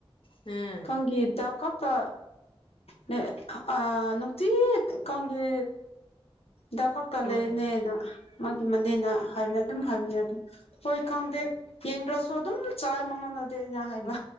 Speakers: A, on the left (about 55°); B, on the left (about 80°).
A: ꯍꯨꯝ
B: ꯀꯥꯡꯒꯤ ꯗꯥꯛ ꯈꯛꯇ ꯅꯦ ꯑ ꯅꯨꯡꯇꯤ ꯀꯥꯡꯒꯤ ꯗꯥꯛ ꯀꯛꯇꯂꯩꯅꯦꯅ
A: ꯍꯣꯏ
B: ꯃꯥꯒꯤ ꯃꯥꯅꯦꯅ ꯍꯥꯏꯕ ꯑꯗꯨꯝ ꯍꯥꯏꯕꯅꯦ ꯑꯗꯨꯝ ꯍꯣꯏ ꯈꯪꯗꯦ꯫ ꯌꯦꯡꯗ꯭ꯔꯥꯁꯨ ꯑꯗꯨꯝ ꯆꯥꯏ ꯃꯉꯣꯟꯅꯥꯗꯗꯤ ꯑꯩꯅ ꯍꯥꯏꯕ
A: ꯎꯝ